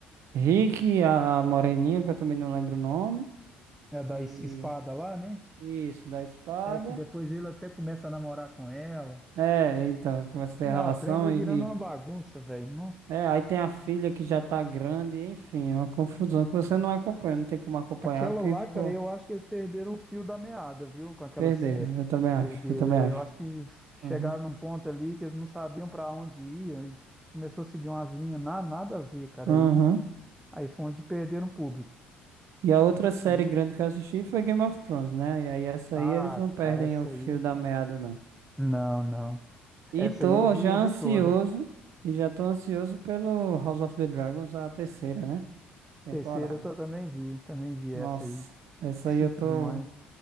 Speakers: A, on the right; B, in the centre.
A: Rick, a a moreninha, que eu também não lembro o nome.
B: É da
A: E
B: es- espada lá, né?
A: isso, da espada.
B: É que depois ele até começa a namorar com ela.
A: É, então, começa a ter
B: Não,
A: relação
B: o trem vai virando
A: e.
B: uma
A: e-
B: bagunça, velho.
A: É, aí tem a filha que já tá grande, enfim, é uma confusão que você não acompanha, não tem como acompanhar
B: Aquela
A: porque
B: lá,
A: ficou.
B: cara, eu acho que eles perderam o fio da meada, viu? Com aquela
A: Perderam,
B: série.
A: eu também acho,
B: Perderam.
A: eu também
B: é,
A: acho.
B: Eu acho que chegaram
A: Aham.
B: num ponto ali que eles não sabiam pra onde ir, e começou a seguir umas linhas na, nada a ver, cara.
A: Aham.
B: Aí, aí foi onde perderam o público,
A: E a outra série
B: né?
A: grande que eu assisti foi Game of Thrones, né? E aí essa
B: Ah,
A: aí eles não perdem
B: cara, essa
A: o fio
B: aí.
A: da
B: cara,
A: meada, não.
B: Não, não.
A: E
B: Essa
A: tô
B: aí eu vi,
A: já
B: eu
A: ansioso,
B: vi toda.
A: e já tô ansioso pelo House of the Dragons, a terceira, né? Temporada.
B: Terceira eu tô- também vi, também vi essa
A: Nossa,
B: aí.
A: essa
B: Chique
A: aí eu tô,
B: demais.